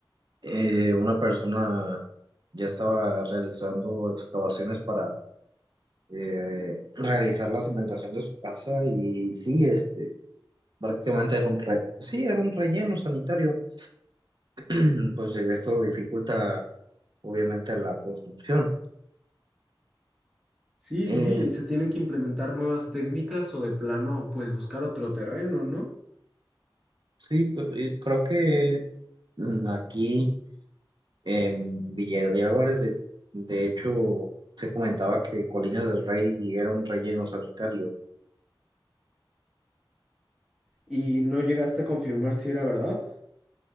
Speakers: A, on the right; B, in the centre.
A: eh, una persona ya estaba realizando excavaciones para eh, realizar la cimentación de su casa y sí, este prácticamente era un re- pues sí, era un relleno sanitario. <clears throat> Pues eh, esto dificulta obviamente la construcción.
B: Sí,
A: Eh,
B: sí, sí, y se tienen que implementar nuevas técnicas o de plano, pues buscar otro terreno, ¿no?
A: sí, pues, eh, creo que mm, aquí en Villa de Álvarez, de, de hecho, se comentaba que Colinas del Rey era un relleno sanitario.
B: Y no llegaste a confirmar si era verdad.